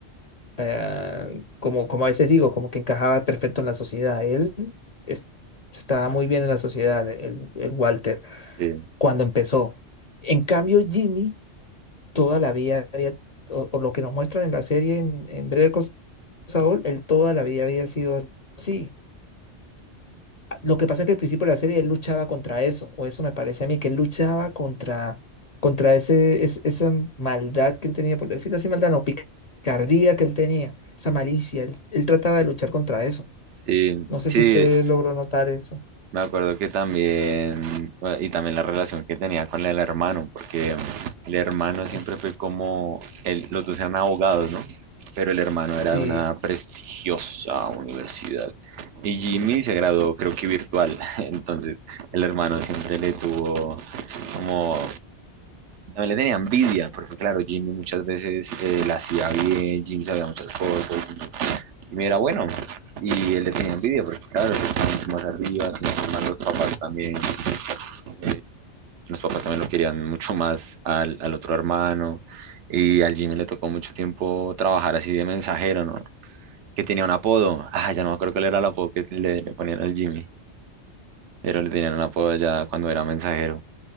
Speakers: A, on the left; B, on the right.
A: eh, como, como a veces digo, como que encajaba perfecto en la sociedad. Él es- estaba muy bien en la sociedad, el, el Walter,
B: Sí.
A: cuando empezó. En cambio, Jimmy... toda la vida había, o, o lo que nos muestran en la serie en, en Better Call Saul, él toda la vida había sido así. A- Lo que pasa es que al principio de la serie él luchaba contra eso, o eso me parece a mí, que él luchaba contra, contra ese, es- esa maldad que él tenía, por decirlo así, maldad, no, picardía que él tenía, esa malicia, él, él trataba de luchar contra eso.
B: Sí,
A: No sé
B: sí,
A: si usted logró notar eso.
B: me acuerdo que también, bueno, y también la relación que tenía con el hermano, porque el hermano siempre
A: Mm.
B: fue como, el- los dos eran abogados, ¿no? Pero el hermano era
A: Sí,
B: de una prestigiosa universidad. Y Jimmy se graduó, creo que virtual. <laughs> Entonces, el hermano siempre le tuvo como, también le tenía envidia, porque claro, Jimmy muchas veces eh, la hacía bien, Jimmy sabía muchas cosas, y me era bueno. Y él le tenía envidia porque, claro, él estaba mucho más arriba, sino que más los papás también, eh, los papás también lo querían mucho más al, al otro hermano. Y al Jimmy le tocó mucho tiempo trabajar así de mensajero, ¿no? Que tenía un apodo. Ah, ya no me acuerdo cuál era el apodo que le, le ponían al Jimmy, pero le tenían un apodo ya cuando era mensajero.